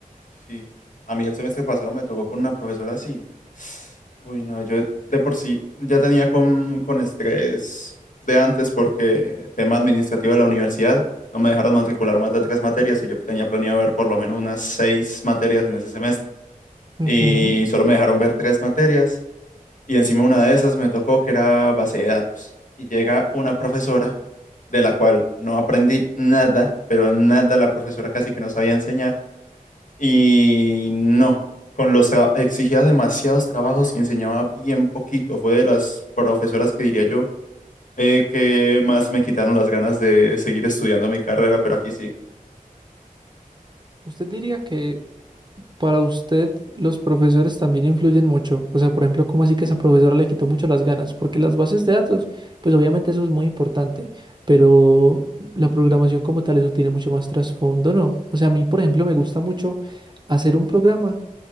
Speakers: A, on the left (about 60°); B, on the right (about 30°).
A: Sí, a mí el semestre pasado me tocó con una profesora así. Uy, no, yo de por sí ya tenía con, con estrés de antes porque tema administrativo de la universidad, no me dejaron matricular más de tres materias y yo tenía planeado ver por lo menos unas seis materias en ese semestre.
B: Ujú.
A: Y solo me dejaron ver tres materias y encima una de esas me tocó que era base de datos. Y llega una profesora de la cual no aprendí nada, pero nada la profesora casi que no sabía enseñar y no, con los tra- exigía demasiados trabajos y enseñaba bien poquito. Fue de las profesoras que diría yo eh, que más me quitaron las ganas de seguir estudiando mi carrera, pero aquí sigo.
B: ¿Usted diría que para usted los profesores también influyen mucho? O sea, por ejemplo, ¿cómo así que esa profesora le quitó mucho las ganas? Porque las bases de datos, pues obviamente eso es muy importante, pero la programación como tal, eso tiene mucho más trasfondo, ¿no? O sea, a mí, por ejemplo, me gusta mucho hacer un programa,